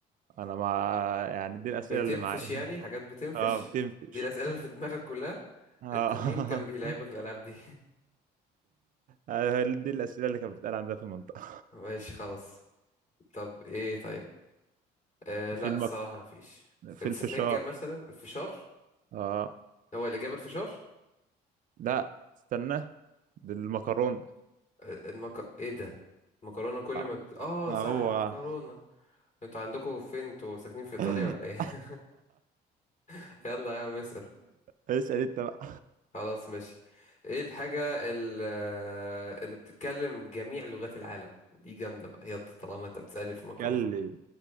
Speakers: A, on the right; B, on the left.
A: انا ما يعني دي الأسئلة
B: بتنفش
A: اللي معايا
B: يعني
A: <laughs>
B: حاجات بتنفش
A: اه بتنفش
B: دي الأسئلة اللي في دماغك كلها
A: آه.
B: انت مين كان بيلعبك
A: <laughs>
B: الألعاب دي
A: آه، دي الأسئلة اللي كانت بتتقال عندنا في المنطقة
B: <laughs> ماشي خلاص طب ايه طيب آه لا
A: في المك...
B: الصراحة مفيش
A: في
B: السفنجة
A: الفشار
B: مثلا الفشار
A: اه
B: هو الإجابة الفشار
A: لا استنى دي المكرونة
B: آه، المك... ايه ده المكرونة كل
A: آه.
B: ما بت... اه
A: آه،
B: صح
A: هو
B: المكرونة انتوا عندكم فين انتوا ساكنين في إيطاليا
A: <laughs>
B: ولا ايه <laughs> يلا يا عم اسأل
A: اسأل انت بقى
B: خلاص ماشي ايه الحاجة ال- آه، اللي بتتكلم جميع لغات العالم دي جامدة بقى يلا طالما انت بتسألني في
A: بيتكلم
B: مكرونة